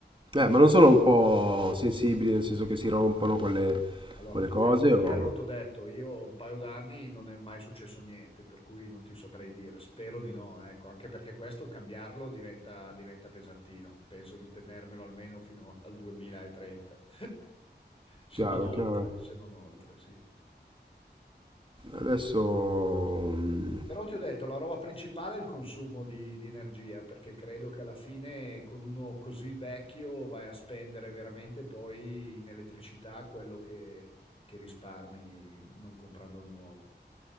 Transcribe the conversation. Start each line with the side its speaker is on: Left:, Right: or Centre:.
Right: Eh, ma non sono un po' sensibili, nel senso che si rompono quelle,
Left: Allora,
Right: quelle
Left: toccando
Right: cose,
Left: ferro,
Right: o...
Left: ti ho detto, io un paio d'anni non è mai successo niente, per cui non ti saprei dire, spero di no, ecco, anche perché questo cambiarlo diventa, diventa pesantino, penso di tenermelo almeno fino al 2030, <laughs> se
Right: Chiaro,
Left: non oltre,
Right: chiaro.
Left: se non oltre, sì.
Right: Adesso... mm,
Left: Però ti ho detto, la roba principale è il consumo di, di energia, perché credo che alla fine con uno così vecchio vai a spendere veramente poi in elettricità quello che, che risparmi non comprando il nuovo.